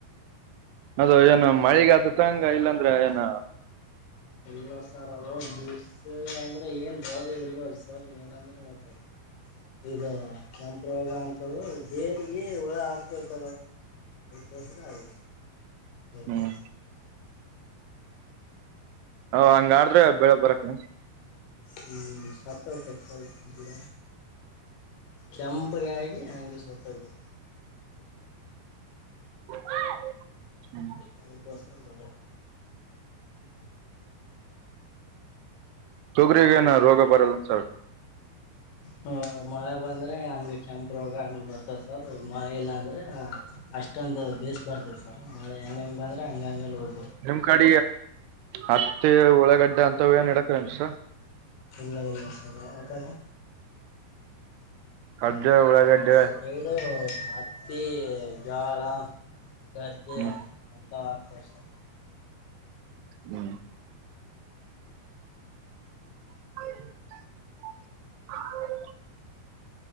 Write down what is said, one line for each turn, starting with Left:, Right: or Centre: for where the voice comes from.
Right: ಅದು ಏನು ಮಳಗ ಆತ ತಂಗ ಇಲ್ಲಾಂದ್ರೆ ಏನ
Left: ಇಲ್ಲ ಸರ್ ಅವದಾಗ ಬೀಡ್ಸ ಅಂದರೆ ಏನು ರೋಗ ಇರ್ಬಾರ್ರು ಸರ್ ಏನಂದ್ರರೆ ಮಾತಾಿಲ್ಲ ಇದು ಕೆಂಪು ರೋಗ ಅಂತ ಬೇರ್ಗ ಹುಳ ಆಡ್ತತ ಬಸ್ರ ಹಾಗ
Right: ಹ್ಮ್
Left: ಬ
Right: ಹ ಹಂಗಾಡ್ರೆ ಬೆಳೆ ಬರಕ್
Left: ಹ ಸತ ಚಸಾಯ ಕುಡ ಕೆಂಪಗ ಆಾಗಿಿ ಹಂಗಗೆ ಸ್ವತಡ್
Right: ಹ್ಮ್
Left: ಅ ಪಾಸ ಬಳ
Right: ತಗ್ರಗ ಏನ ರೋಗ ಬರಲ್ಲಸ
Left: ಹ ಮಳೆ ಬಂದ್ರೆ ಹಂಗ ಕೆ್ಯಾಂಪ ರೋಗ ಅಂಗ್ ಬರ್ತಾವ ಸರ್ ಮಳೆ ಇಲ್ಲ ಅಂದ್ರೆ ಅಷ್ಟೊಂದು ಬೇಸ್ ಬರ್ತದೆ ಸರ್ ಮಳೆ ಹೆಂಗ ಬಂದ್ರೆ ಹಂಗ ಹಂಗೋಗ
Right: ನಿಮ್ ಕಡ ಹತ್ತೆ ಉಳ್ಳಗಡ್ಡೆ ಅಂತ ಏನ್ ಇಡಕೇನ್ಸ
Left: ಎಲ್ಲ ಎಲ್ಲ ಸರ್ ಅಕಾಲ್
Right: ಕಡ್ಲೆ ಉಳ್ಳಾಗಡ್ಡೆ
Left: ನಮ್ಮ ಸೈಡು ಹತ್ತಿ ಜೋಳ ಗದ್ದೆ
Right: ಹ್ಮ್
Left: ಅಥವಗ್ತದೆ ಸರ್
Right: ಹ್ಮ್ ಹ ಹು